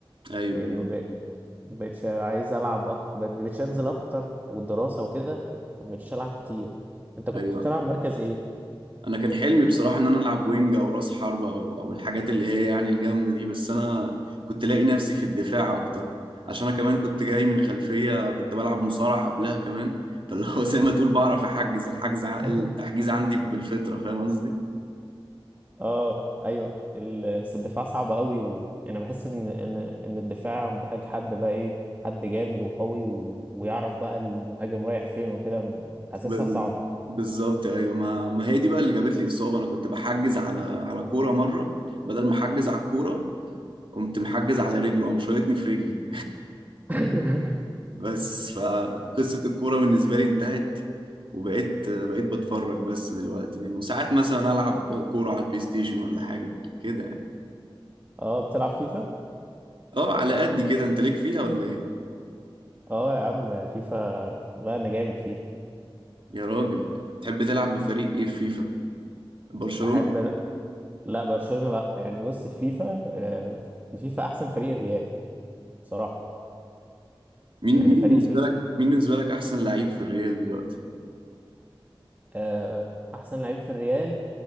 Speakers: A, on the right; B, on the right.
A: أيوه
B: يعني
A: أيوه
B: ما بق- ما بقتش عايز العب اكتر ما بقتش انزل اكتر والدراسه وكده فما بقتش العب كتير انت كنت
A: أيوه
B: بتلعب مركز ايه
A: انا كان حلمي بصراحه ان انا العب وينج او راس حربه او او الحاجات اللي هي يعني الجامده دي بس انا كنت لاقي نفسي في الدفاع اكتر عشان انا كمان كنت جاي من خلفيه كنت بلعب مصارعه قبلها كمان <laughs> فاللي هو زي ما تقول بعرف احجز الحجز ع-
B: <laughs>
A: التحجيز عندي بالفطره فاهم قصدي
B: اه ايوه ال- بس الدفاع صعب قوي وانا بحس ان ان ان الدفاع محتاج حد بقى ايه حد جامد وقوي و... ويعرف بقى المهاجم رايح فين وكده حاسسها
A: ب- ب-
B: صعبه
A: بالظبط ايوه ما ما هي دي بقى اللي جابت لي اصابه انا كنت بحجز على على كوره مره بدل ما احجز على الكوره قمت محجز على رجله قام شايطني في رجلي
B: <laughs>
A: بس فقصة الكورة بالنسبة لي انتهت وبقيت بقيت بتفرج بس دلوقتي يعني وساعات مثلا ألعب كورة على البلاي ستيشن ولا حاجة كده يعني
B: اه بتلعب فيفا
A: اه على قد كده انت ليك فيها ولا ايه
B: اه يا عم فيفا لا انا جامد فيها
A: يا راجل تحب تلعب بفريق ايه في فيفا برشلونة
B: بحب لا برشلونة لا يعني بص في فيفا آه، في فيفا احسن فريق الريال بصراحة
A: مين
B: يعني
A: مين
B: فريق
A: بالنسبة
B: في
A: لك مين بالنسبة لك أحسن لعيب في الريال دلوقتي
B: آه، احسن لعيب في الريال